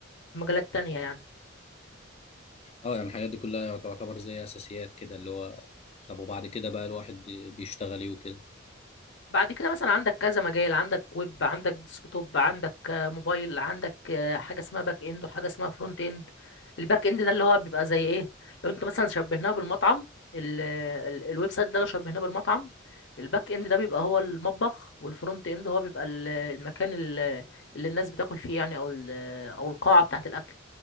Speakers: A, on the left; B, on the left.
A: في مجالات تانية يعني
B: اه يعني الحاجات دي كلها تعتبر زي اساسيات كده اللي هو طب وبعد كده بقى الواحد بيشتغل ايه وكده
A: بعد كده مثلا عندك كذا مجال عندك ويب عندك ديسكتوب عندك آه، موبايل عندك آه، حاجه اسمها باك اند وحاجه اسمها فرونت اند الباك اند ده اللي هو بيبقى زي ايه لو انت مثلا شبهناه بالمطعم ال ال الويب سايت ده لو شبهناه بالمطعم الباك اند ده بيبقى هو المطبخ والفرونت اند هو بيبقى ال- المكان ال- اللي الناس بتاكل فيه يعني او ال- او القاعه بتاعه الاكل